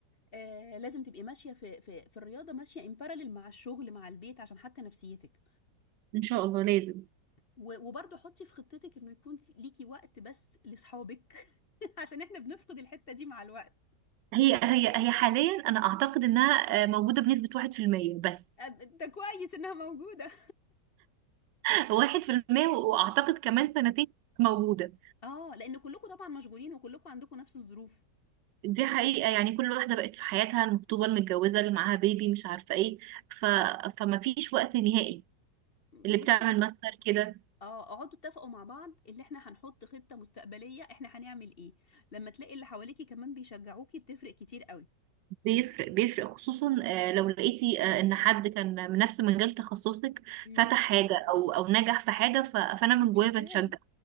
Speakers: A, on the left; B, on the right.
A: آه لازم تبقي ماشيه في في في الرياضه ماشيه امبارالل مع الشغل مع البيت عشان حتى نفسيتك
B: ان شاء الله لازم
A: و- وبرضه حطي في خطتك انه يكون في- ليكي وقت بس لاصحابك <laughs> عشان احنا بنفقد الحته دي مع الوقت
B: هي هي هي حاليا انا اعتقد انها آه، موجودة بنسبة 1% بس
A: أب- ده كويس انها موجوده
B: <laughs> 1% واعتقد كمان سنتين موجودة
A: اه لان كلكم طبعا مشغولين وكلكم عندكم نفس الظروف
B: دي حقيقة يعني كل واحدة بقت في حياتها المخطوبة المتجوزة اللي معاها بيبي مش عارفة ايه ف... فما فيش وقت نهائي
A: بصي
B: اللي بتعمل ماستر كده
A: اه اقعدوا اتفقوا مع بعض اللي احنا هنحط خطه مستقبليه احنا هنعمل ايه لما تلاقي اللي حواليكي كمان بيشجعوكي بتفرق كتير قوي
B: بيفرق بيفرق خصوصا آه، لو لقيتي آه، ان حد كان من نفس مجال تخصصك
A: امم
B: فتح حاجة او او نجح في حاجة ف- فانا
A: بتتشجعي
B: من جوايا بتشجع